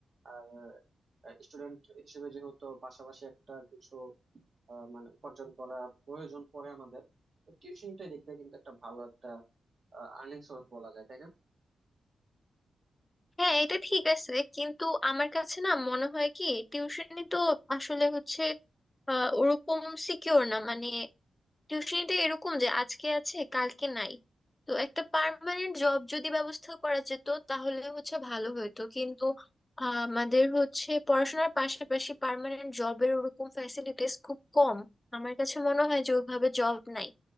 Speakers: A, on the right; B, on the left.
A: আর স্টুডেন্ট হিসেবে যেহেতু পাশাপাশি একটা কিছু আহ, মানে উপার্জন করা প্রয়োজন পড়ে আমাদের টিউশনটাই দেখতে কিন্তু একটা ভালো একটা আর্নিং সোর্স বলা যায় তাই না
B: হ্যাঁ এটা ঠিক আছে কিন্তু আমার কাছে না মনে হয় কি টিউশনি তো আসলে হচ্ছে আহ ওরকম সিকিউর না মানে টিউশনিটা এরকম যে আজকে আছে কালকে নাই তো একটা পার্মানেন্ট জব যদি ব্যবস্থা করা যেত তাহলে হচ্ছে ভালো হতো কিন্তু আহ, আমাদের হচ্ছে পড়াশোনার পাশাপাশি পার্মানেন্ট জবের ওরকম ফ্যাসিলিটিস খুব কম আমার কাছে মনে হয় যে ওইভাবে জব নাই